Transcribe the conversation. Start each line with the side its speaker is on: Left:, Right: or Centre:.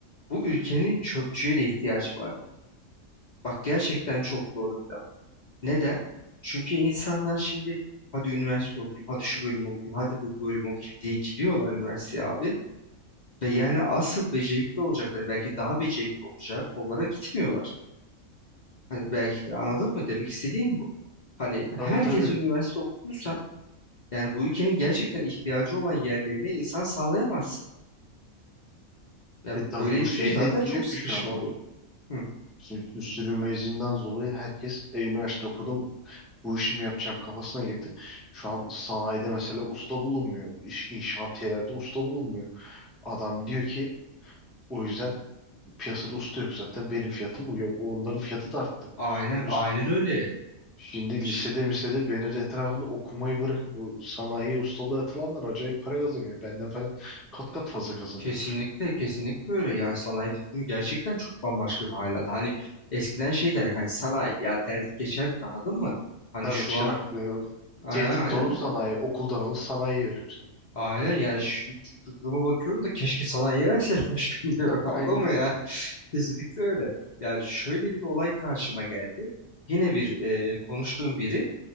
Left: Bu ülkenin çöpçüye de ihtiyacı var. Bak gerçekten çok doğru bir laf. Neden? Çünkü insanlar şimdi hadi üniversite okuyayım, hadi şu bölümü okuyayım, hadi bu bölümü okuyayım diye gidiyorlar üniversiteye abi. Ve yani asıl becerikli olacakları belki daha becerikli olacak kollara gitmiyorlar. Hani belki de anladın mı? Demek istediğim bu. Hani
Centre: Tabii
Left: herkes
Centre: tabii.
Left: üniversite okutmuş Yani bu ülkenin gerçekten ihtiyacı olan yerlerine insan sağlayamaz. Ya
Centre: E tabii
Left: böylelikle
Centre: bu şeyi
Left: zaten
Centre: de etkiliyor
Left: çok sıkışma
Centre: ki şu anda.
Left: oluyor. Hı.
Centre: Şimdi bir sürü mezundan dolayı herkes e, üniversite okudum bu işi yapacağım kafasına girdi. Şu an sanayide mesela usta bulunmuyor. İş, inşaatiyelerde usta bulunmuyor. Adam diyor ki o yüzden piyasada usta yok zaten benim fiyatım bu. Yok, Onların fiyatı da arttı.
Left: Aynen,
Centre: Çünkü
Left: aynen öyle.
Centre: Şimdi
Left: Ş-
Centre: lisede misede benim de etrafımda okumayı bırakıp bu sanayiye ustalığa atılanlar acayip para kazanıyor. Benden falan kat kat fazla kazanıyorlar
Left: Kesinlikle,
Centre: şu anda.
Left: kesinlikle öyle. Yani sanayide durum gerçekten çok bambaşka bir hal aldı. Hani eskiden şey derdik hani sanayi ya derdik geçerdik anladın mı? Hani
Centre: Tabii
Left: şu
Centre: çırak
Left: an
Centre: ve
Left: aynen
Centre: tehdit
Left: aynen.
Centre: dolum sanayi okuldan alır sanayiye verir seni.
Left: Aynen yani şu, şu duruma bakıyorum da keşke sanayiye verselermiş <laughs> bilmiyorum
Centre: <laughs>
Left: anladın
Centre: Aynen.
Left: mı ya? Kesinlikle öyle. Yani şöyle bir olay karşıma geldi. Yine bir e, konuştuğum biri